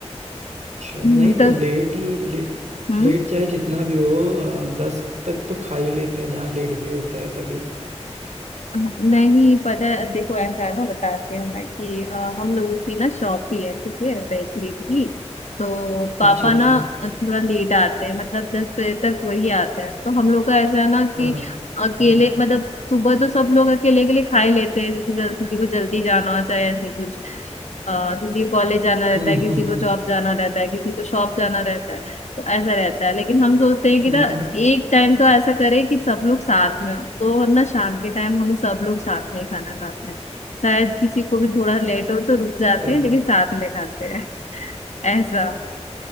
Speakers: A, on the right; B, on the left.
A: अच्छा, नहीं
B: हम्म
A: तो
B: तो
A: लेट ले,
B: हम्म
A: लेट चाहे जितना भी हो अ, दस तक तो खा ही लेते हैं जहाँ लेट भी होता है सभी
B: हाँ, नहीं पता है देखो ऐसा है ना बताती हूँ मैं कि अ, हम लोगों की ना शॉप भी है ठीक है बेकरी की तो पापा
A: अच्छा अच्छा
B: ना थोड़ा लेट आते हैं मतलब दस बजे तक वही आते हैं तो हम लोग का ऐसा है ना कि
A: हाँ
B: अकेले
A: हाँ
B: मतलब सुबह तो सब लोग अकेले अकेले खा ही लेते हैं जैसे जल- किसी को जल्दी जाना हो चाहे ऐसे कुछ अ, किसी को कॉलेज जाना रहता
A: हम्म
B: है किसी
A: हम्म
B: को
A: हम्म
B: जॉब जाना रहता है किसी को शॉप जाना रहता है तो ऐसा रहता है लेकिन हम सोचते हैं कि
A: हम्म
B: ना एक टाइम तो ऐसा करें कि सब लोग साथ में हो तो ना शाम के टाइम हम सब लोग साथ में ही खाना खाते हैं शायद किसी को भी थोड़ा लेट हो तो रुक जाते
A: अच्छा,
B: हैं लेकिन साथ में खाते हैं <laughs> ऐसा